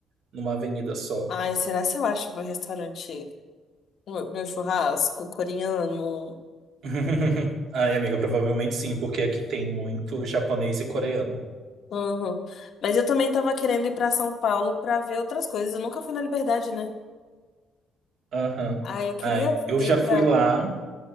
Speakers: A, on the right; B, on the left.
A: numa avenida só.
B: Ai, será se eu acho meu restaurante, meu meu churrasco coreano?
A: <laughs> Ai, amiga, provavelmente sim, porque aqui tem muito japonês e coreano.
B: Uhum. Mas eu também tava querendo ir pra São Paulo pra ver outras coisas. Eu nunca fui na Liberdade, né?
A: Aham.
B: Aí eu queria
A: Ai, eu
B: ir
A: já fui
B: pra.
A: lá,